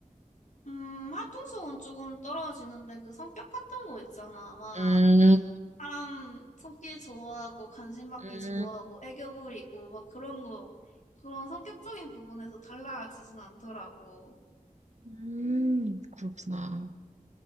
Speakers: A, on the left; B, on the right.
A: 음, 활동성은 조금 떨어지는데 그 성격 같은 거 있잖아. 막
B: 음,
A: 사람 손길 좋아하고 관심 받기
B: 음,
A: 좋아하고 애교 부리고 막 그런 거 그런 성격적인 부분에서 달라지진 않더라고.
B: 음, 그렇구나.